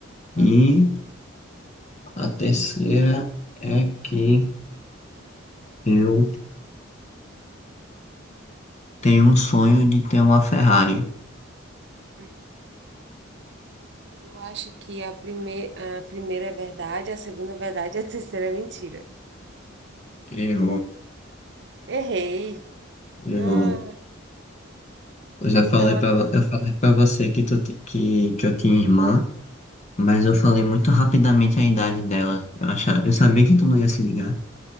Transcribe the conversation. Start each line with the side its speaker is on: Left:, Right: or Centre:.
Left: E
Right: Aham.
Left: a terceira é que eu tenho um sonho de ter uma Ferrari.
Right: hum. Eu acho que a, prime... a primeira é verdade, a segunda é verdade <laughs> e a terceira é mentira.
Left: Eu
Right: Errei.
Left: Eu,
Right: Ah,
Left: eu já
Right: então.
Left: falei pra, vo- eu falei pra você que, tu, ti- que, que eu tinha irmã, mas eu falei muito rapidamente a idade dela. Eu, achava, eu sabia que tu não ia se ligar.